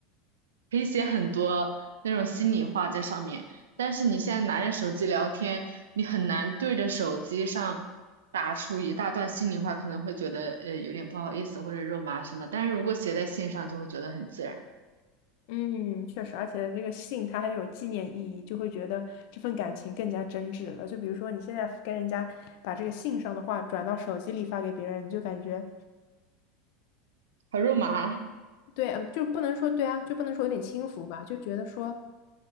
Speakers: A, on the right (about 85°); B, on the left (about 65°).
A: <laughs> 可以写很多那种心里话在上面。但是你现在拿着手机聊天，你很难对着手机上打出一大段心里话，可能会觉得呃有点不好意思或者肉麻什么，但是如果写在信上，就会觉得很自然。
B: 嗯，确实，而且这个信它还有纪念意义，就会觉得这份感情更加真挚了。就比如说你现在跟人家把这个信上的话转到手机里发给别人，你就感觉
A: 烤肉麻，
B: 对，嗯就不能说对啊，就不能说有点轻浮吧，就觉得说，